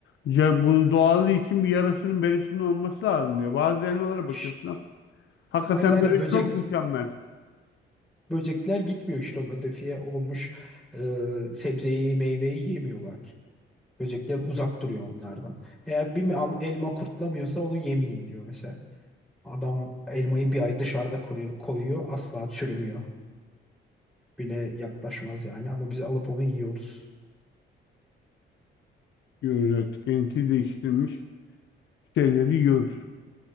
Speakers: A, on the left; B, in the centre.
A: ya bunun doğallığı için bir yarasının beresinin olması lazım diyor. Bazı elmalara bakıyorsun.
B: Ş-
A: hak- Hakikaten
B: Aynen aynen
A: böyle
B: böcek
A: çok mükemmel
B: böcekler gitmiyor işte o modifiye olunmuş e, sebzeyi, meyveyi yemiyorlar. Böcekler uzak duruyor onlardan. Eğer bir mi- al- elma kurtlamıyorsa onu yemeyin diyor mesela. Adam elmayı bir ay dışarıda kuruyor, koyuyor, asla çürümüyor. Bile yaklaşmaz yani ama biz alıp onu yiyoruz.
A: diyoruz evet. Genetiği değiştirilmiş şeyleri yiyoruz.